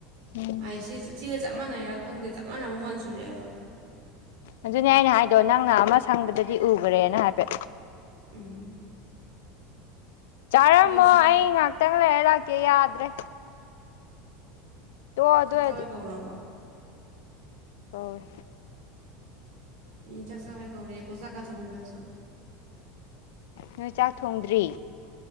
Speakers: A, on the left; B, on the right.
A: ꯎꯝ
B: ꯃꯥꯏꯁꯤ ꯁꯤ ꯁꯤꯒ ꯆꯞ ꯃꯥꯟꯅꯩꯔ ꯈꯪꯗꯦ ꯆꯞ ꯃꯥꯟꯅꯕ ꯃꯟꯁꯤꯜꯂꯛꯑꯦꯕ
A: ꯑꯗꯨꯅꯦ ꯑꯩꯅ ꯍꯥꯏꯗꯣ ꯅꯪꯅ ꯑꯃ ꯁꯪꯕꯗꯗꯤ ꯎꯈ꯭ꯔꯦꯅ ꯍꯥꯏꯐꯦꯠ
B: ꯎꯝ
A: ꯆꯥꯠ
B: <unintelligible>
A: ꯑꯣ ꯑꯩ ꯉꯍꯥꯛꯇꯪ ꯂꯩꯔ ꯂꯥꯛꯀꯦ ꯌꯥꯗ꯭ꯔꯦ ꯇꯣ ꯑꯗꯨ
B: ꯆꯥꯛ
A: ꯑꯣꯏꯔꯗꯤ
B: ꯆꯥꯕꯩ ꯀꯧꯔꯕꯣ
A: ꯍꯣꯏ
B: ꯃꯤ ꯆꯥꯛ ꯆꯥꯕꯩ ꯀꯧꯔꯛꯑꯦꯀꯣ ꯆꯥꯛꯀ ꯊꯣꯡꯗ꯭ꯔꯥꯁꯨ
A: ꯅꯣꯏ ꯆꯥꯛ ꯊꯣꯡꯗ꯭ꯔꯤ